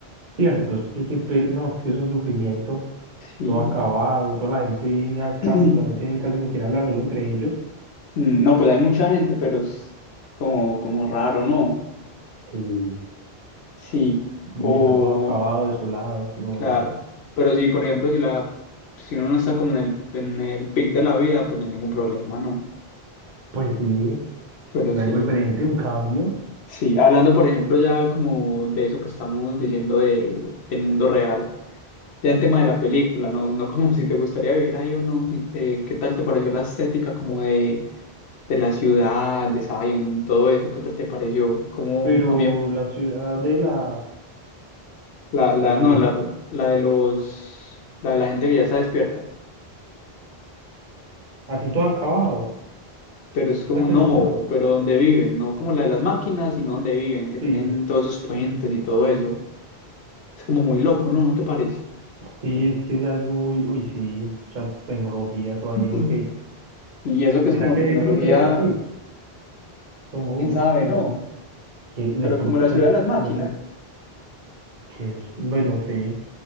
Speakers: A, on the right; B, on the left.
A: cierto, es que, que per- no, es que es un sufrimiento,
B: sí.
A: todo acabado, toda la gente en las cápsulas,
B: <clears throat>
A: no tienen casi con quién hablar, solo entre ellos,
B: Mm, No, pues hay mucha gente, pero es como, como raro, ¿no?
A: sí,
B: Sí,
A: y
B: o
A: está todo acabado, desolado, no,
B: claro, pero sí, por ejemplo, si la, si uno no está como en el, en el pic de la vida, pues no hay ningún problema, ¿no?
A: pues sí,
B: Pero
A: es
B: sí.
A: algo diferente, un cambio,
B: Sí, hablando por ejemplo ya como de eso que estamos diciendo de, del mundo real, ya en tema de la película, no, no como <laughs> si te gustaría vivir ahí o no, si te- ¿qué tal te pareció la estética como de, de la ciudad, de Zion, todo eso? ¿Qué tal te pareció? Como
A: pero
B: a mí
A: la ciudad de la,
B: la, la,
A: la
B: no,
A: virtud,
B: la, la de los, la de la gente que ya está despierta,
A: Así todo acabado.
B: pero es como
A: Está que
B: no,
A: mostrado?
B: pero donde viven, no como la de las máquinas, sino donde viven, que
A: Sí,
B: tienen todos esos puentes y todo eso. Es como muy loco, ¿no? ¿No te parece?
A: sí, es que ya es muy. Uy, sí, mucha tecnología, eso ahí,
B: <clears throat>
A: ok.
B: Y eso que es
A: ¿Será
B: como
A: que
B: tecnología,
A: en el futuro será así? Como,
B: quién sabe,
A: uff, como.
B: ¿no?
A: que de
B: Pero
A: pro-
B: como la
A: pues,
B: ciudad de las máquinas,
A: no sé. ¿Quién es? Bueno, sí.